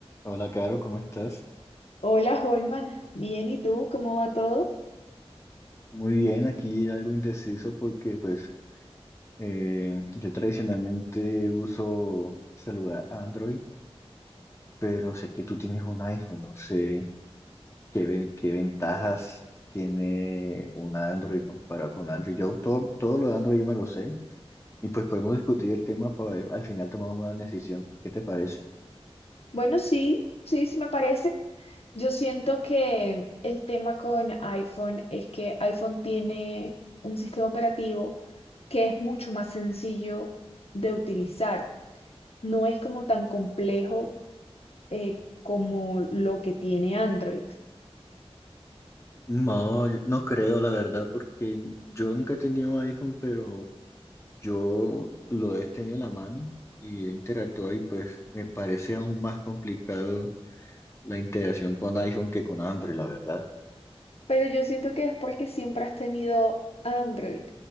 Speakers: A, on the left (about 25°); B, on the left (about 70°).
A: Hola, Caro, ¿cómo estás?
B: Hola, Holman. Bien, ¿y tú? ¿Cómo va todo?
A: Muy bien, aquí algo indeciso porque pues eh, yo tradicionalmente uso celular Android, pero sé que tú tienes un iPhone, no sé qué, ven- qué ventajas tiene un Android comparado con Android. Yo todo, todo lo de Android yo me lo sé y pues podemos discutir el tema para ver, al final tomamos una decisión. ¿Qué te parece?
B: Bueno, sí, sí, sí me parece. Yo siento que el tema con iPhone es que iPhone tiene un sistema operativo que es mucho más sencillo de utilizar. No es como tan complejo eh, como lo que tiene Android.
A: No, yo no creo, la verdad, porque yo nunca he tenido iPhone, pero Yo lo he tenido en la mano y he interactuado y pues me parece aún más complicado la integración con iPhone que con Android, la verdad.
B: Pero yo siento que es porque siempre has tenido Android.